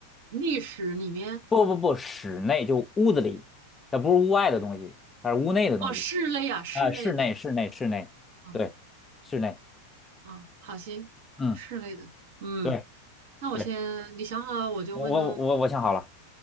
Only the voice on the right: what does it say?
历史里面，
哦，室内啊，室内的，
啊
啊，好，行，
室内的，嗯，
那我先，
你想好了我就问喽，